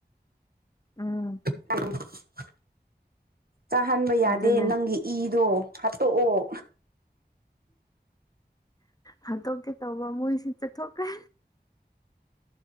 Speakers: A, on the left (about 20°); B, on the right (about 60°).
A: ꯎꯝ
B: <inaudible> ꯆꯥꯍꯟꯕ ꯌꯥꯗꯦ
A: ꯑꯗꯨꯅꯦ
B: ꯅꯪꯒꯤ ꯏꯗꯣ ꯍꯥꯠꯇꯣꯛꯑꯣ
A: ꯍꯥꯠꯇꯣꯛꯞꯀꯦ ꯇꯧꯕ ꯃꯣꯏꯁꯨ ꯆꯠꯊꯣꯛꯈ꯭ꯔꯦ